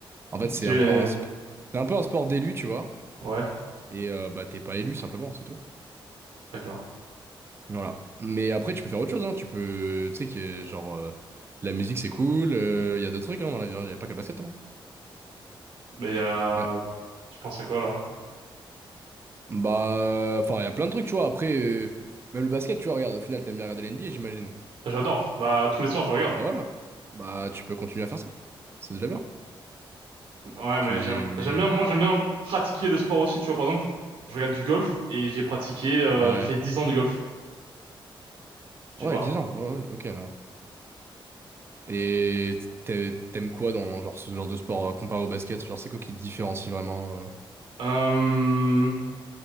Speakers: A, on the right; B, on the right.
A: en fait, c'est
B: Tu-
A: un peu un, sp- c'est un peu un sport d'élu, tu vois.
B: Ouais,
A: Et euh, bah t'es pas élu simplement, c'est tout.
B: d'accord.
A: Voilà. Mais après, tu peux faire autre chose, hein. Tu peux, tu sais que genre, euh, la musique c'est cool. Il y a d'autres trucs hein, dans la vie. Il y a pas que le basket, hein.
B: Mais il y a...
A: Ouais.
B: Tu penses à quoi, là?
A: Bah, enfin, il y a plein de trucs, tu vois. Après, euh, même le basket, tu vois, regarde, au final, t'aimes bien regarder l'NBA, j'imagine.
B: J'adore. Bah, tous les soirs, je regarde.
A: Bah voilà. Bah, tu peux continuer à faire ça. C'est déjà bien.
B: Ouais,
A: Puis,
B: mais j'aime, j'aime bien, moi, j'aime bien pratiquer le sport aussi, tu vois. Par exemple, je regarde du golf et j'ai pratiqué, euh,
A: ouais.
B: j'ai fait 10 ans de golf, tu
A: Ouais,
B: vois.
A: 10 ans. Ouais, ouais, ok. ouais. Et t'a- t'aimes quoi dans genre, ce genre de sport euh, comparé au basket? Genre, c'est quoi qui te différencie vraiment? euh
B: Euh,